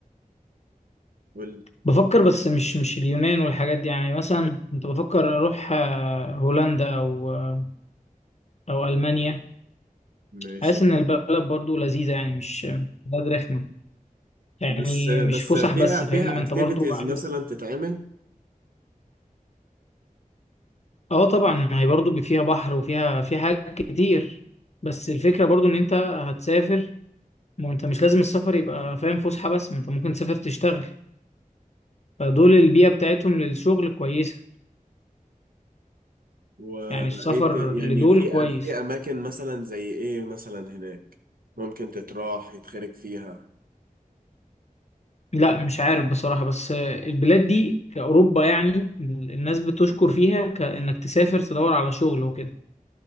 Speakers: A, on the right; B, on the left.
A: وال-
B: بفكر بس مش مش اليونان والحاجات دي يعني مثلا كنت بفكر اروح آه، هولندا او آه، او المانيا
A: ماشي
B: حاسس ان البلد برضو لذيذه يعني مش بلد رخمه يعني
A: بس بس
B: مش فسح
A: فيها
B: بس
A: فيها
B: فاهمني ما
A: اكتيفيتيز
B: انت برضو عايز
A: مثلا تتعمل
B: اه طبعا ما هي برضه فيها بحر وفيها في حاجات كتير بس الفكرة برضه ان انت هتسافر ما انت مش لازم السفر يبقى فاهم فسحة بس ما انت ممكن تسافر تشتغل فدول البيئة بتاعتهم للشغل كويسة
A: وايه
B: يعني السفر
A: ت- يعني
B: لدول
A: في
B: كويس
A: في اماكن مثلا زي ايه مثلا هناك ممكن تتراح يتخرج فيها
B: لا مش عارف بصراحة بس البلاد دي في أوروبا يعني الناس بتشكر فيها كأنك تسافر تدور على شغل وكده